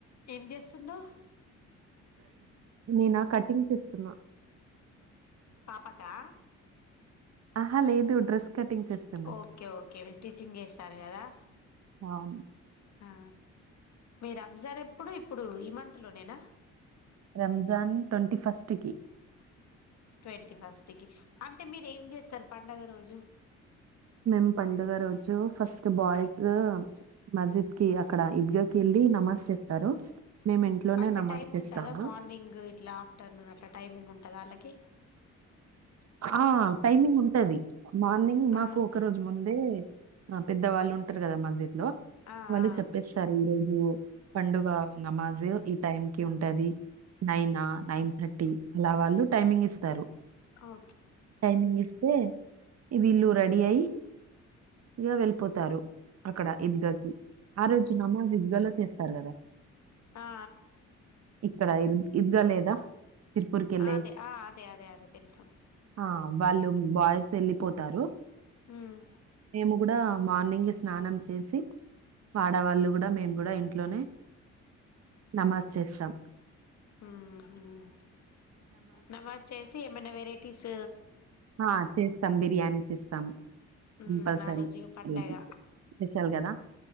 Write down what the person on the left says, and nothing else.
ఏం చేస్ తున్నావ్
పాపకా
ఓకే ఓకే మీరు స్టిచ్చింగ్ చేస్తాారు కదా
అ మీరు రంజాన్ ఎప్పుడు ఇప్పుడు ఈమంత్ లోనేనా
ట్వంటీ ఫస్ట్ కి అంటే మీరు ఏం చేస్తారు పండుగ రోజు జూ
అంత
టైమ్
ఉంటాదా మార్నింగ్ ఇట్లా ఆఫ్టర్నూన్ అట్లా టైమింగ్ ఉంటద వాళ్ళకి
ఆ
ఆ
ఆ
ఆ
ఆ
ఆ అదే ఆ అదే అదే అదే తెలుసు
మ్మ్
ఉమ్ ఉమ్ నమాజ్ చేసి ఏమైన్నా వేరే టిస్
ఉమ్
ఆ రోజు ఇగ పండగ